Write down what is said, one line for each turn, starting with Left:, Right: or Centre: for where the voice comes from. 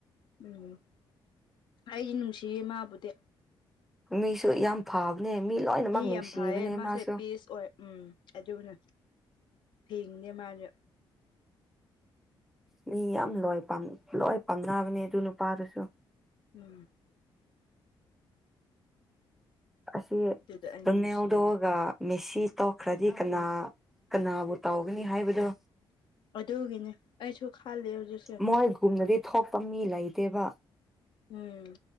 Left: ꯎꯝ ꯑꯩꯗꯤ ꯅꯨꯡꯁꯤꯌꯦ ꯃꯥꯕꯨꯗꯤ
Centre: ꯃꯤꯁꯨ ꯌꯥꯝ ꯐꯕꯅꯦ ꯃꯤ ꯂꯣꯏꯅꯃꯛ ꯅꯨꯡꯁꯤꯕꯅꯦ
Left: ꯌꯥꯝ ꯐꯩꯌꯦ ꯃꯥꯁꯦ
Centre: ꯃꯥꯁꯨ
Left: ꯄꯤꯁ ꯑꯣꯏ ꯎꯝ ꯑꯗꯨꯅ ꯐꯦꯡꯅꯦ ꯃꯥꯁꯨ
Centre: ꯃꯤ ꯌꯥꯝ ꯂꯣꯏ ꯄꯥꯝ ꯂꯣꯏ ꯄꯥꯝꯅꯕꯅꯦ ꯑꯗꯨ ꯅꯨꯄꯥꯗꯨꯁꯨ
Left: ꯎꯝ
Centre: ꯑꯁꯤ
Left: ꯑꯗꯨꯗ ꯑꯩ
Centre: ꯔꯣꯅꯦꯜꯗꯣꯒ
Left: ꯅꯨꯡꯁꯤꯌꯦ
Centre: ꯃꯦꯁꯤ ꯇꯧꯈ꯭ꯔꯗꯤ ꯀꯅꯥ ꯀꯅꯥꯕꯨ ꯇꯧꯒꯅꯤ ꯍꯥꯏꯕꯗꯣ
Left: ꯑꯗꯨꯒꯤꯅꯦ ꯑꯩꯁꯨ ꯈꯜꯂꯤ ꯍꯧꯖꯤꯛꯁꯦ
Centre: ꯃꯣꯏꯒꯨꯝꯅꯗꯤ ꯊꯣꯛꯄ ꯃꯤ ꯂꯩꯇꯦꯕ
Left: ꯎꯝ